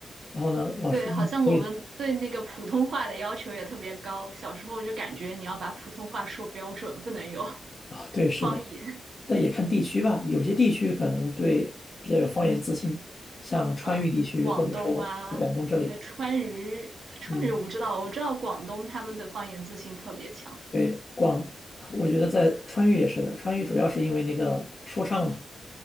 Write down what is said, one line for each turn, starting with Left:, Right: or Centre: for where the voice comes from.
Left: 然后呢，我要说英语可以的
Right: 对，好像我们对那个普通话的要求也特别高。小时候就感觉你要把普通话说标准，不能有 <laughs>
Left: 啊，对，是的，
Right: 方言。
Left: 但也看地区吧，有些地区可能对比较有方言自信，像川渝地区或者说广东这里，
Right: 嗯，广东啊，还川渝，川渝我不知道，
Left: 嗯。
Right: 我知道广东他们的方言自信特别强。
Left: 对，广，我觉得在川渝也是的，川渝主要是因为那个说唱嘛，